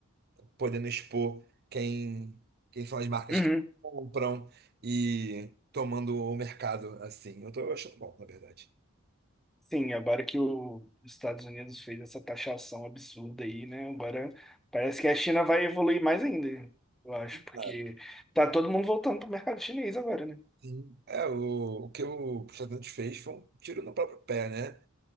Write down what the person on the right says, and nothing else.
podendo expor quem, quem são as marcas
que compram e tomando o mercado assim. Eu tô achando bom, na verdade.
Claro.
Sim. É, o, o que o Presidente fez foi um tiro no próprio pé, né?